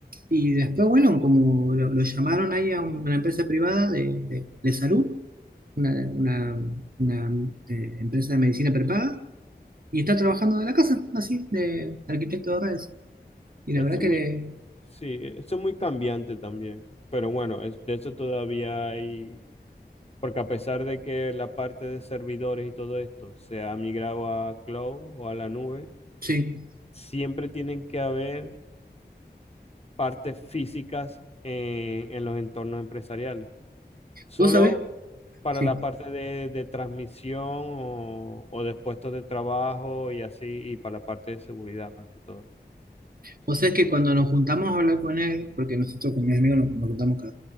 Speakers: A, on the right (about 55°); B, on the left (about 35°).
A: Y después, bueno, como lo, lo llamaron ahí a un- una empresa privada de, de- de salud, una, una- una, eh, empresa de medicina prepaga, y está trabajando de la casa, así, de arquitecto de redes. Y la
B: Eso
A: verdad
B: es
A: que
B: muy
A: le,
B: Sí, eso es muy cambiante también, pero bueno, es- de eso todavía hay, porque a pesar de que la parte de servidores y todo esto se ha migrado a cloud o a la nube,
A: sí,
B: siempre tienen que haber partes físicas en, en los entornos empresariales. Solo
A: vos sabés,
B: para
A: sí,
B: la parte de, de transmisión o, o de puestos de trabajo y así, y para la parte de seguridad más que todo.
A: O sea, es que cuando nos juntamos a hablar con él, porque nosotros con mis amigos nos, nos juntamos cada